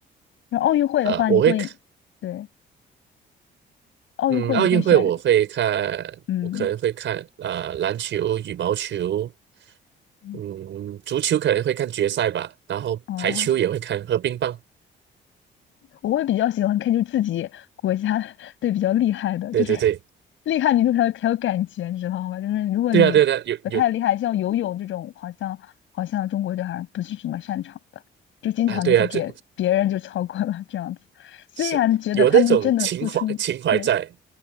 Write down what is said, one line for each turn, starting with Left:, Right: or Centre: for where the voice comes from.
Left: 然后奥运会的话，
Right: 呃，我会看，
Left: 你会对奥运会你会选
Right: 嗯，奥运会我会看，
Left: 嗯
Right: 我可能会看呃篮球、羽毛球，
Left: 嗯
Right: 嗯，足球可能会看决赛吧，然后排球也会看和乒乓。
Left: 哦。我会比较喜欢看，就自己国家队比较厉害的，
Right: 对对对，
Left: 就是厉害你就才有才有感觉，你知道吗？就是如果你不太厉害，
Right: 对啊对啊，有有
Left: 像游泳这种，好像好像中国队好像不是什么擅长的，就经常就是别别人就超过了这样子。
Right: 啊对啊，这
Left: 虽然觉得他们真的付出，
Right: 是有那种情怀情怀在，
Left: 对，